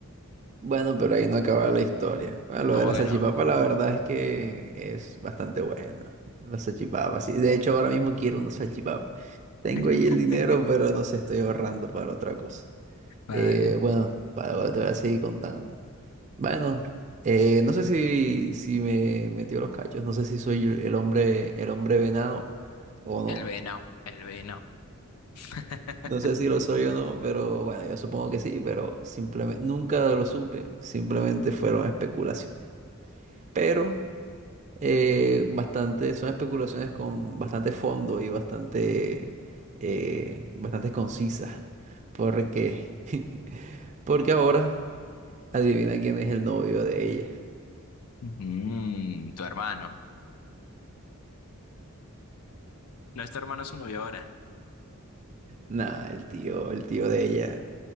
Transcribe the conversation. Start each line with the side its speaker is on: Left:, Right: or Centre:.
Right: Bueno, pero ahí no acaba la historia. Bueno, lo
Left: ¿Cómo
Right: de la
Left: ganó?
Right: salchipapa, la verdad es que es bastante buena. La salchipapa, sí. De hecho, ahora mismo quiero una salchipapa. Tengo
Left: <laughs>
Right: ahí el dinero, pero no sé, estoy ahorrando para otra cosa.
Left: Vale.
Right: Eh, bueno, para ahora te voy a seguir contando. Bueno, eh, no sé si, si me metió los cachos, no sé si soy yo el hombre, el hombre venado o no.
Left: El venao el venao <laughs>
Right: No sé si lo soy o no, pero bueno, yo supongo que sí, pero simplemente nunca lo supe, simplemente fueron especulaciones. Pero eh, bastante, son especulaciones con bastante fondo y bastante, eh, bastante concisas, porque, <laughs> porque ahora adivina quién es el novio de ella.
Left: Mm, tu hermano. No es tu hermano, es su novio ahora.
Right: Nah, el tío, el tío de ella.